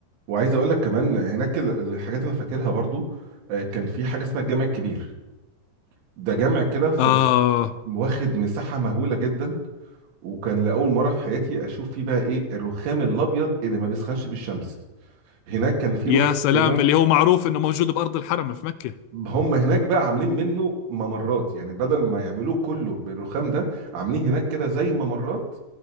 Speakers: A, on the right (about 80°); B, on the left (about 80°).
A: وعايز اقول لك كمان هناك ال- الحاجات اللي فاكرها برضو آه، كان في حاجه اسمها الجامع الكبير ده جامع كده في
B: آه
A: ال- واخد مساحه مهوله جدا وكان لاول مره في حياتي اشوف فيه بقى ايه الرخام الابيض اللي ما بيسخنش بالشمس هناك كان في
B: يا
A: رخام
B: سلام
A: كده
B: اللي هو معروف إنه موجود بأرض الحرم في مكة
A: هم هناك بقى عاملين منه ممرات يعني بدل ما يعملوه كله بالرخام ده عاملين هناك كده زي ممرات